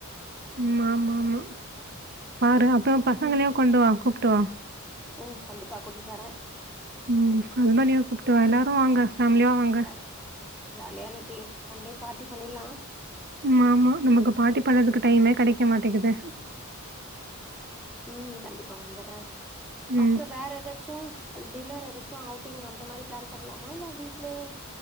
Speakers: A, on the right; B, in the centre.
A: ம் ஆமா ஆமா பாரு
B: ம்
A: அப்றோ பசங்களயூ கொண்டு வா கூப்ட்டு வா
B: ம் கண்டிப்பா கூட்டிட்டு வரே
A: ம் அதுதா நீயூ கூப்ட்டுவா
B: ம்
A: எல்லாரூ வாங்க ஃபேமிலியா வாங்க
B: ஆ ஜாலியா இன்னிக்கு ஒன் டே பார்ட்டி பண்ணில்லா
A: ம்மாமா நமக்கு பார்ட்டி பண்றதுக்கு டைமே கெடைக் க்க மாட்டேகுது
B: ம் கண்டிப்பா வந்துர்றே அப்றோ
A: ம்
B: வேறெதாச்சூ டின்னர் எதாச்சு அவுட்டிங் அந்த மாரி ப்ளான் பண்லாமா இல்ல வீட்லயே